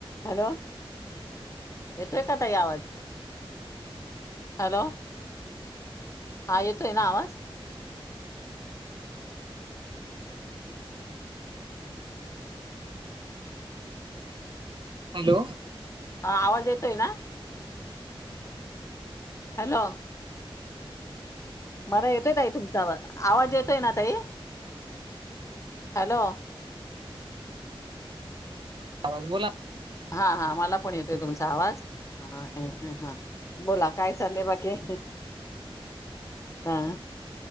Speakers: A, on the left; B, on the right.
A: Hello येतोय का ताई आवाज, हॅलो हा येतोय ना आवाज?
B: हॅलो.
A: हा आवाज येतोय ना. हॅलो मला येतोय ताई तुमचा आवाज येतोय ना ताई हॅलो.
B: आवाज बोला
A: हां हां मला पणं येतोय तुमचां आवाज. हा हा बोला काय चाललंय बाकी? हां